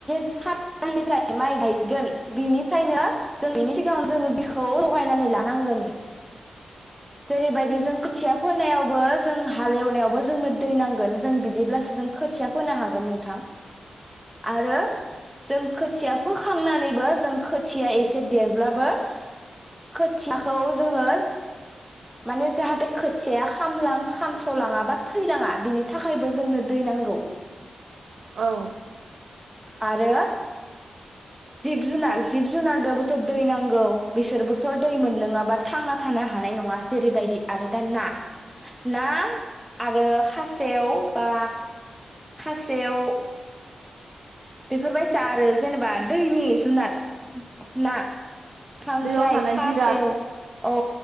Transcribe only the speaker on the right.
औ
दैयाव थानाय
जिराद